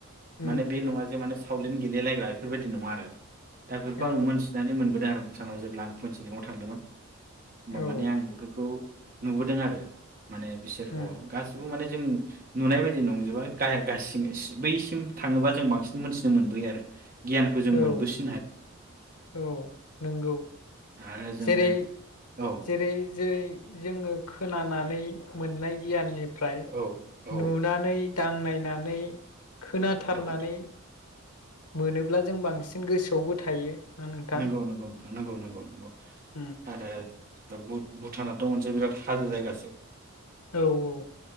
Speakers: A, on the left; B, on the right.
A: उम
B: माने बे
A: उम
B: नङा जे माने। सावलिन गेलेलायग्रा बेफोरबायदि नङा आरो। दा बेफोरखौ
A: औ
B: आं मोनथिनानै मोनबोदों। भधार भुटानाव जेब्ला आं पुन सिलिङाव थांदोंमोन। होमबा
A: औ
B: माने आं बेफोरखौ। नुबोदों आरो माने बिसोर
A: उम
B: अ गासिबो माने जों नुनाय बायदि नंजोबा गाहाय गासि बैसिम थाङोबा जों बांसिन मोनथिनो मोनबोयो आरो। गियानखौ जों
A: औ
B: मोनबोसि
A: औ नंगौ
B: आरो जोङो
A: जेरै
B: औ
A: जेरै जेरै जोङो खोनानानै मोननाय गियाननि फ्राय
B: औ औ
A: नुनानै दांनायनानै खोनाथारनानै
B: औ नोंथां
A: मोनोब्ला जों बांसिन गोसोआवबो थायो। ना नोंथां
B: नंगौ नंगौ नंगौ नंगौ
A: उम
B: आरो भुटाना मोन बिराद हाजोजायगासो।
A: औ औ।